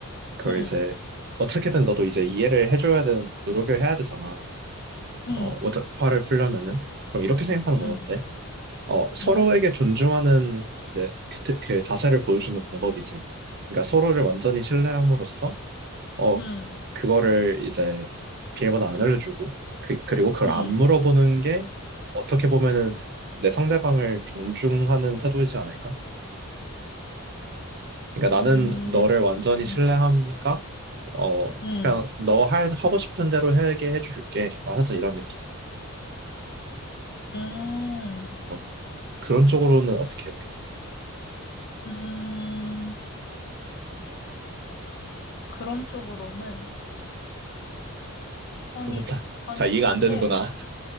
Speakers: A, on the right (about 50°); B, on the left (about 50°).
A: 그걸
B: 음,
A: 이제 어떻게든 너도 이제 이해를 해줘야 되는 노력을 해야 되잖아.
B: 음,
A: 어 어차- 화를 풀려면은 그럼 이렇게 생각하는
B: 음,
A: 건 어때? 어 서로에게
B: 뭐?
A: 존중하는 이제 그, 그 자세를 보여주는 방법이지. 그러니까 서로를 완전히 신뢰함으로써 어
B: 음,
A: 그거를 이제 비밀번호 안 알려주고 그 그리고 그걸
B: 음,
A: 안 물어보는 게 어떻게 보면은 내 상대방을 존중하는 태도이지 않을까? 그러니까
B: 음.
A: 나는 너를 완전히 신뢰하니까
B: 음,
A: 어
B: 음,
A: 그냥 너 할, 하고 싶은 대로 하게 해줄게. 막 살짝 이런 느낌.
B: 음,
A: 어, 그런 쪽으로는 어떻게 해야 되지?
B: 음, 그런 쪽으로는. 아니,
A: <laughs> 자,
B: 아니,
A: 잘 이해가
B: 근데
A: 안 되는구나.